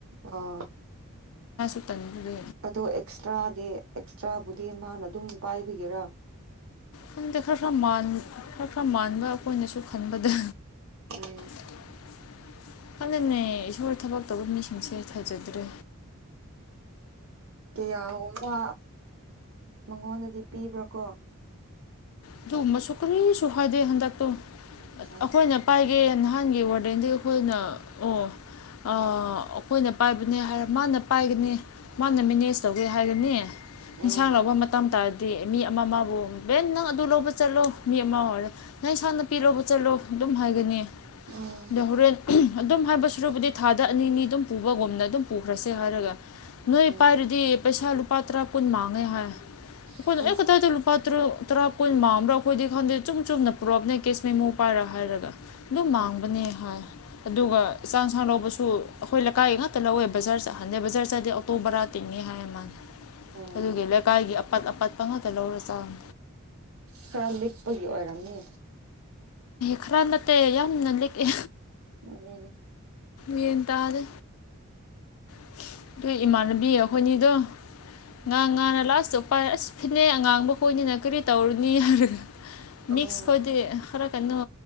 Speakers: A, on the right (about 70°); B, on the left (about 75°).
A: ꯑꯥ
B: <unintelligible> ꯇꯟꯕꯗꯨ
A: ꯑꯗꯣ ꯑꯦꯛꯁꯇ꯭ꯔꯥꯗꯤ ꯑꯦꯛꯁꯇ꯭ꯔꯥꯕꯨꯗꯤ ꯃꯥꯅ ꯑꯗꯨꯝ ꯄꯥꯏꯕꯒꯤꯔ
B: ꯈꯪꯗ ꯈꯔ ꯈꯔ ꯃꯥꯟ ꯈꯔ ꯈꯔ ꯃꯥꯟꯕ ꯑꯩꯈꯣꯏꯅꯁꯨ ꯈꯟꯕꯗ
A: ꯎꯝ
B: <inaudible> ꯈꯪꯗꯦꯅꯦ ꯏꯁꯣꯔ ꯊꯕꯛ ꯇꯧꯕ ꯃꯤꯁꯤꯡꯁꯦ ꯊꯥꯖꯗ꯭ꯔꯦ
A: ꯀꯌꯥꯒꯨꯝꯕ ꯃꯉꯣꯟꯗꯗꯤ ꯄꯤꯕ꯭ꯔꯥ ꯀꯣ
B: ꯑꯗꯨꯒꯨꯝꯕꯁꯨ ꯀꯔꯤꯁꯨ ꯍꯥꯏꯗꯦ ꯍꯟꯗꯛꯇꯣ
A: ꯎꯝ
B: ꯑꯩꯈꯣꯏꯅ ꯄꯥꯏꯒꯦ ꯅꯍꯥꯟꯒꯤ ꯋꯥꯔꯗꯦꯟꯗꯤ ꯑꯩꯈꯣꯏꯅ ꯑꯣ ꯑ ꯑꯩꯈꯣꯏꯅ ꯄꯥꯏꯕꯅꯦ ꯍꯥꯏꯔ ꯃꯥꯅ ꯄꯥꯏꯒꯅꯤ ꯃꯥꯅ ꯃꯦꯅꯦꯖ ꯇꯧꯒꯦ ꯍꯥꯏꯔꯅꯤ
A: ꯎꯝ
B: ꯏꯟꯁꯥꯡ ꯂꯧꯕ ꯃꯇꯝ ꯇꯥꯔꯗꯤ ꯃꯤ ꯑꯃ ꯑꯃꯕꯨ ꯕꯦꯟ ꯅꯪ ꯇꯨ ꯂꯧꯕ ꯆꯠꯂꯣ ꯃꯤ ꯑꯃ ꯑꯣꯏꯔꯣ ꯅꯪ ꯏꯁꯥꯡ ꯅꯥꯄꯤ ꯂꯧꯕ ꯆꯠꯂꯣ ꯑꯗꯨꯝ ꯍꯥꯏꯒꯅꯤ <unintelligible>
A: ꯎꯝ
B: ꯍꯣꯔꯦꯟ ꯑꯗꯨꯝ ꯍꯥꯏꯕ ꯁꯔꯨꯛꯕꯨꯗꯤ ꯊꯥꯗ ꯑꯅꯤ ꯑꯅꯤ ꯑꯗꯨꯝ ꯄꯨꯕꯒꯨꯝꯅ ꯑꯗꯨꯝ ꯄꯨꯈ꯭ꯔꯁꯦ ꯍꯥꯏꯔꯒ ꯅꯣꯏ
A: ꯎꯝ
B: ꯄꯥꯏꯔꯗꯤ ꯄꯩꯁꯥ ꯂꯨꯄꯥ ꯇꯔꯥ ꯀꯨꯟ ꯃꯥꯡꯉꯦ ꯍꯥꯏ ꯑꯩꯈꯣꯏꯅ
A: ꯑꯁ
B: ꯑꯦ ꯀꯗꯥꯏꯗ ꯂꯨꯄꯥ ꯇꯔꯨꯛ ꯇꯔꯥ ꯀꯨꯟ ꯃꯥꯡꯕ꯭ꯔꯥ ꯑꯩꯈꯣꯏꯗꯤ ꯈꯪꯗꯦ ꯆꯨꯝ ꯆꯨꯝꯅ ꯄꯨꯔꯛꯄꯅꯦ ꯀꯦꯁ ꯃꯦꯃꯣ ꯄꯥꯏꯔ ꯍꯥꯏꯔꯒ ꯑꯗꯨꯝ
A: ꯎꯝ
B: ꯃꯥꯡꯕꯅꯦ ꯍꯥꯏ ꯑꯗꯨꯒ ꯆꯥꯛ ꯏꯟꯁꯥꯡ ꯂꯧꯕꯁꯨ ꯑꯩꯈꯣꯏ ꯂꯩꯀꯥꯏ ꯉꯥꯛꯇ ꯂꯧꯋꯦ ꯕꯖꯥꯔ ꯆꯠ ꯍꯟꯗꯦ ꯕꯖꯥꯔ ꯆꯥꯠꯂꯗꯤ ꯇꯣ ꯕꯔꯥ ꯇꯤꯡꯉꯤ ꯍꯥꯏ ꯃꯥꯅ
A: ꯎꯝ
B: ꯑꯗꯨꯒꯤ ꯂꯩꯀꯥꯏꯒꯤ ꯑꯄꯠ ꯑꯄꯠꯄ ꯉꯥꯛꯇ ꯂꯧꯔ ꯆꯥꯍꯟ
A: ꯈꯔ ꯂꯤꯄꯒꯤ ꯑꯣꯏꯔꯝꯅꯤ
B: ꯈꯔ ꯅꯠꯇꯦ ꯌꯥꯝꯅ ꯂꯤꯛꯑꯦ
A: <unintelligible>
B: ꯌꯦꯟ ꯇꯥꯗꯦ <unintelligible> ꯏꯃꯥꯟꯅꯕꯤ ꯑꯩꯈꯣꯏꯅꯤꯗꯨ ꯉꯥꯡ ꯉꯥꯅ ꯂꯥꯁ ꯎꯄꯥꯏ ꯑꯁ ꯐꯤꯅꯩ ꯑꯉꯥꯡꯕ ꯍꯣꯏꯅꯤꯅ ꯀꯔꯤ ꯇꯧꯔꯨꯅꯤ ꯍꯥꯏꯔꯒ ꯃꯤꯛꯁ
A: ꯎꯝ
B: ꯈꯣꯏꯗꯤ ꯈꯔ ꯀꯩꯅꯣ